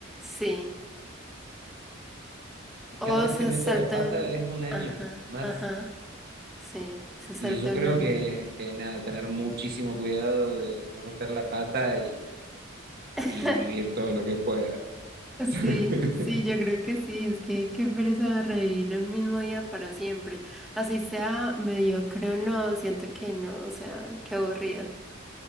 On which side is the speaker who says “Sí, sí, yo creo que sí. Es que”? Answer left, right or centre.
Centre